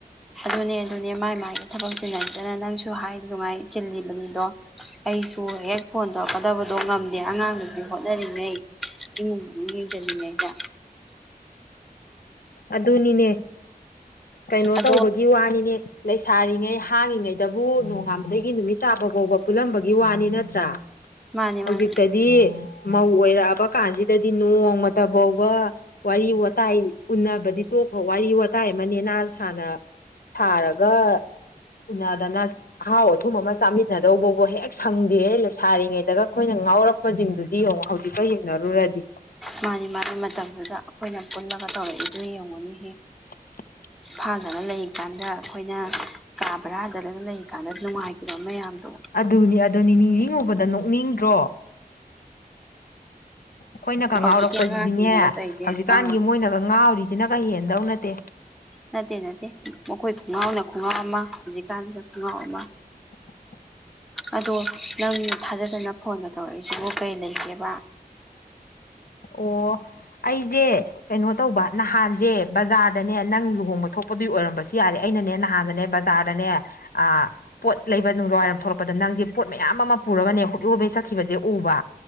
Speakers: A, in the centre; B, on the left.
A: ꯑꯗꯨꯅꯦ ꯑꯗꯨꯅꯦ ꯃꯥꯏ ꯃꯥꯏꯒꯤ ꯊꯕꯛ ꯆꯤꯟꯅꯗꯅ ꯅꯪꯁꯨ ꯍꯥꯏꯗꯅꯨꯡꯉꯥꯏ ꯆꯤꯜꯂꯤꯕꯅꯤꯗꯣ ꯑꯩꯁꯨ ꯍꯦꯛ ꯐꯣꯟ ꯇꯧꯔꯛꯀꯗꯕꯗꯣ ꯉꯝꯗꯦ ꯑꯉꯥꯡꯗꯨꯄꯤ ꯍꯣꯠꯅꯔꯤꯉꯩ ꯎꯝ ꯌꯦꯟ ꯆꯜꯂꯤꯉꯧꯗ
B: ꯑꯗꯨꯅꯤꯅꯦ ꯀꯩꯅꯣ
A: ꯑꯗꯣ
B: ꯇꯧꯕꯒꯤ ꯋꯥꯅꯤꯅꯦ ꯂꯩꯁꯥꯔꯤꯉꯩ ꯍꯥꯡꯉꯤꯉꯩꯗꯕꯨ ꯅꯣꯡꯉꯥꯟꯕꯗꯒꯤ ꯅꯨꯃꯤꯠ ꯇꯥꯕ ꯐꯥꯎꯕ ꯄꯨꯜꯂꯝꯕꯒꯤ ꯋꯥꯅꯤ ꯅꯠꯇ꯭ꯔꯥ
A: ꯃꯥꯅꯤ
B: ꯍꯧꯖꯤꯛꯇꯗꯤ
A: ꯃꯥꯅꯤ
B: ꯃꯧ ꯑꯣꯏꯔꯛꯑꯕ ꯀꯥꯟꯁꯤꯗꯗꯤ ꯅꯣꯡꯃ ꯇꯐꯥꯎꯕ ꯋꯥꯔꯤ ꯋꯥꯇꯥꯏ ꯎꯟꯅꯕꯗꯤ ꯇꯣꯛꯈ꯭ꯔ ꯋꯥꯔꯤ ꯋꯥꯇꯥꯏ ꯑꯃꯅꯦ ꯅ ꯁꯅ ꯁꯥꯔꯒ ꯎꯅꯗꯅ ꯑꯍꯥꯎ ꯑꯊꯨꯝ ꯑꯃ ꯆꯥꯃꯤꯟꯅꯗꯧꯕꯕꯨ ꯍꯦꯛ ꯁꯪꯗꯦ ꯁꯥꯔꯤꯉꯩꯗꯒ ꯑꯩꯈꯣꯏꯅ ꯉꯥꯎꯔꯛꯄ ꯁꯤꯡꯗꯨꯗꯤ ꯌꯦꯡꯉꯣ ꯍꯧꯖꯤꯛꯀ ꯌꯦꯡꯅꯔꯨꯔꯗꯤ
A: ꯃꯥꯅꯤ ꯃꯥꯒꯤ ꯃꯇꯝꯗꯨꯗ ꯑꯩꯈꯣꯏꯅ ꯄꯨꯜꯂꯒ ꯇꯧꯔꯛꯏꯗꯨꯅ ꯌꯦꯡꯉꯨꯅꯤꯍꯦ
B: <unintelligible>
A: ꯐꯥꯗꯂ ꯂꯩꯔꯤꯀꯥꯟꯗ ꯑꯩꯈꯣꯏꯅ ꯀꯥ ꯕꯔꯥꯗꯂꯒ ꯂꯩꯔꯤꯀꯥꯟꯗ ꯅꯨꯡꯉꯥꯏꯈꯤꯕ ꯃꯌꯥꯝꯗꯣ
B: ꯑꯗꯨꯅꯤ ꯑꯗꯨꯅꯤ ꯅꯤꯡꯁꯤꯡꯉꯨꯕꯗ ꯅꯣꯛꯅꯤꯡꯗ꯭ꯔꯣ ꯑꯩꯈꯣꯏꯅꯒ
A: ꯍꯧꯖꯤꯛꯀꯤ
B: ꯉꯥꯎꯔꯛꯄꯁꯤꯗꯤꯅꯦ
A: ꯑꯉꯥꯡꯁꯤꯡꯅꯒ ꯇꯧꯔꯤꯁꯦ
B: ꯍꯧꯖꯤꯛꯀꯥꯟꯒꯤ
A: ꯑꯥ
B: ꯃꯣꯏꯅꯒ ꯉꯥꯎꯔꯤꯁꯤꯅꯒ ꯍꯦꯟꯗꯧ ꯅꯠꯇꯦ
A: ꯅꯠꯇꯦ ꯅꯠꯇꯦ ꯃꯈꯣꯏ ꯈꯣꯡꯉꯥꯎꯅ ꯈꯣꯡꯒꯥꯎ ꯑꯃ ꯍꯧꯖꯤꯛꯀꯥꯟꯁꯤꯗ ꯈꯣꯡꯒꯥꯎ ꯑꯃ
B: inaudible
A: ꯑꯗꯣ ꯅꯪ ꯊꯥꯖꯗꯅ ꯐꯣꯟꯒ ꯇꯧꯔꯛꯏꯁꯤꯕꯨ ꯀꯩ ꯂꯩꯒꯦꯕ
B: ꯑꯣ ꯑꯩꯁꯦ ꯀꯩꯅꯣ ꯇꯧꯕ ꯅꯍꯥꯟꯁꯦ ꯕꯖꯥꯔꯗꯅꯦ ꯅꯪ ꯂꯨꯍꯣꯡꯕ ꯊꯣꯛꯄꯗꯨ ꯑꯣꯏꯔꯝꯕꯁꯨ ꯌꯥꯔꯦ ꯑꯩꯅꯅꯦ ꯅꯍꯥꯟꯗꯅꯦ ꯕꯖꯥꯔ ꯆꯗꯅꯦ ꯑ ꯄꯣꯠ ꯂꯩꯕ ꯅꯨꯡꯗꯥꯡ ꯋꯥꯏꯔꯝ ꯊꯣꯛꯂꯛꯄꯗ ꯅꯪꯁꯦ ꯄꯣꯠ ꯃꯌꯥꯝ ꯑꯃ ꯄꯨꯔꯒꯅꯦ ꯍꯨꯠꯍꯨꯕꯦ ꯁꯛꯈꯤꯕꯁꯦ ꯎꯕ